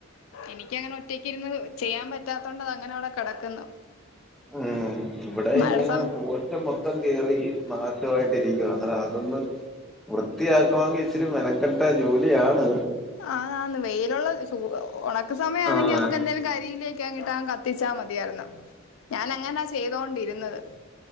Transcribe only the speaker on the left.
എനിക്കങ്ങനെ ഒറ്റക്ക് ഇരുന്ന് ചെയ്യാൻ പറ്റാത്തണ്ടത് അങ്ങനെ അവിടെ കിടക്കുന്നു
മഴ
സം
ആതന്ന് വെയിലുള്ള ച ഉണ സമയമാണെങ്കിൽ
നമ്മുക്ക് എന്തെങ്കിലും കരിയിലേക്ക അങ്ങിട്ടാ കത്തിച്ചാൽ മതിയായിരുന്നു ഞാൻ അങ്ങനാ ചെയ്തോണ്ടിരുന്നത്